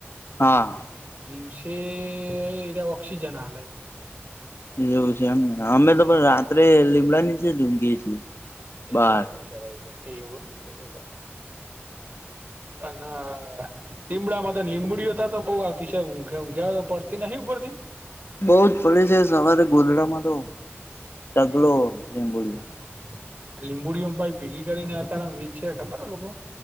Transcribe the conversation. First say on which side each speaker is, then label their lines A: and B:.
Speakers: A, on the left; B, on the right.
A: હા.
B: દિવસે એને ઓક્સિજન હાલે.
A: એવું છે એમને અમે તો પણ રાત્રે લીમડા નીછે જ ઊંઘીએ છીએ.
B: <inaudible>
A: બાર <inaudible>
B: અ ના. લીમડામાં તો લીમડીઓ તો બહ આવતી છે પડતી નથી ઉપડતી.
A: બઉ જ પડે છે સવારે ગોધડામાં તો ઢગલો
B: એવું હમ્મ.
A: લીંબુડીયો
B: લીંબુડીમાં ભાઈ ભેગી કરીને અતારમ વીજ છે ખબર હો લોકો